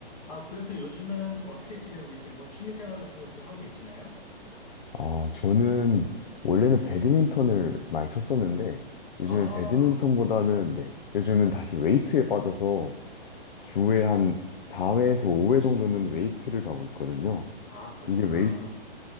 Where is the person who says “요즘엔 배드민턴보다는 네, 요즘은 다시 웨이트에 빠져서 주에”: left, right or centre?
Left